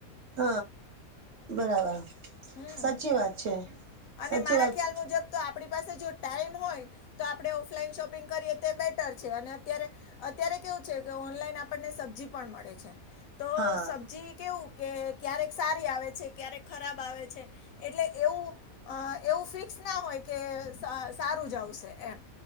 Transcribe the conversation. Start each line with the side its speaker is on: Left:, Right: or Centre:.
Right: હ બરાબર.
Left: હમ્મ
Right: સાચી વાત છે સાચી
Left: અને મારા
Right: વાત
Left: ખ્યાલ
Right: છે
Left: મુજબ તો આપણી પાસે જો ટાઈમ હોય તો આપડણે ઓફલાઈન શોપિંગ કરીએ તે બેટર છે અને અત્યારે અત્યારે કેવું છે કે ઓનલાઈન આપણને સબ્જી પણ મળે છે. તો
Right: હા
Left: સબ્જી કેવું કે ક્યારેક સારી આવે છે ક્યારેક ખરાબ આવે છે એટલે એવું, અ એવું ફિક્સ ના હોય કે સ સારું જાવશે એમ,